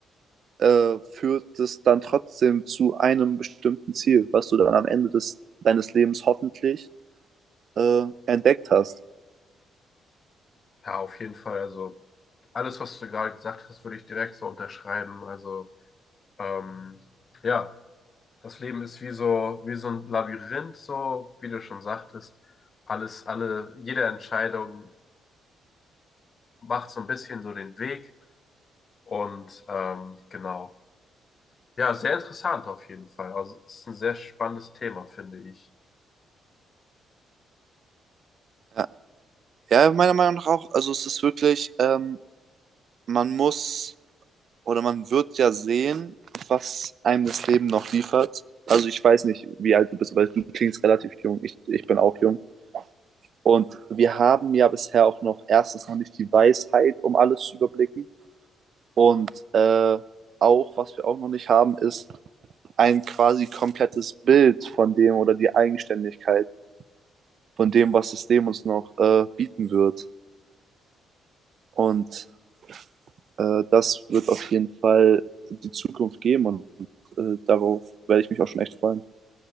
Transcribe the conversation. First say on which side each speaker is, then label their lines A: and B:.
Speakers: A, on the right; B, on the left.
A: äh, führt es dann trotzdem zu einem bestimmten Ziel, was du dann am Ende des, deines Lebens hoffentlich äh, entdeckt hast.
B: ja, auf jeden Fall. Also alles, was du gerade gesagt hast, würde ich direkt so unterschreiben. Also, ähm, ja, das Leben ist wie so, wie so ein Labyrinth, so, wie du schon sagtest. Alles, alle, jede Entscheidung macht so ein bisschen so den Weg und ähm, genau. Ja, sehr interessant auf jeden Fall. Also es ist ein sehr spannendes Thema, finde ich.
A: Ja, ja, meiner Meinung nach auch. Also es ist wirklich, ähm, man muss oder man wird ja sehen, was einem das Leben noch liefert. Also ich weiß nicht, wie alt du bist, aber du klingst relativ jung. Ich, ich bin auch jung. Und wir haben ja bisher auch noch erstens noch nicht die Weisheit, um alles zu überblicken. Und äh, auch, was wir auch noch nicht haben, ist ein quasi komplettes Bild von dem oder die Eigenständigkeit von dem, was das System uns noch äh, bieten wird. Und äh, das wird auf jeden Fall die Zukunft geben und, äh, darauf werde ich mich auch schon echt freuen.